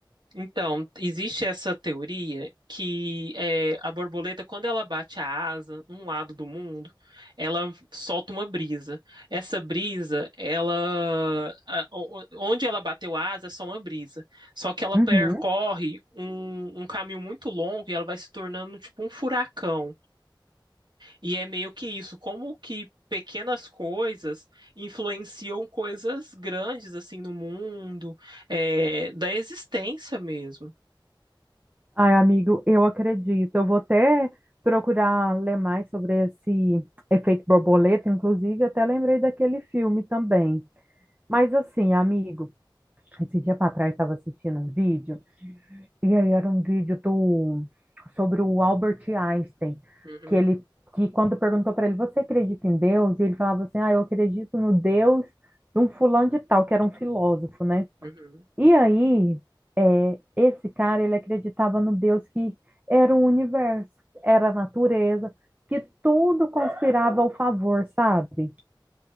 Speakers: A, on the right; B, on the right.
A: Então, existe essa teoria que é, a borboleta, quando ela bate a asa num lado do mundo, ela solta uma brisa. Essa brisa, ela, a- o- onde ela bateu a asa é só uma brisa. Só que ela
B: Uhum.
A: percorre um, um caminho muito longo e ela vai se tornando tipo um furacão. E é meio que isso, como que pequenas coisas influenciam coisas grandes assim no mundo, é, da existência mesmo.
B: Ai, amigo, eu acredito. Eu vou até procurar ler mais sobre esse efeito borboleta, inclusive até lembrei daquele filme também. Mas assim, amigo, esse dia para trás estava assistindo um vídeo, e aí era um vídeo do sobre o Albert Einstein,
A: Uhum,
B: que ele que quando perguntou para ele, você acredita em Deus? E ele falava assim: "Ah, eu acredito no Deus de um fulano de tal", que era um filósofo, né?
A: uhum.
B: E aí, é, esse cara, ele acreditava no Deus que era o universo, era a natureza, que tudo conspirava ao favor, sabe?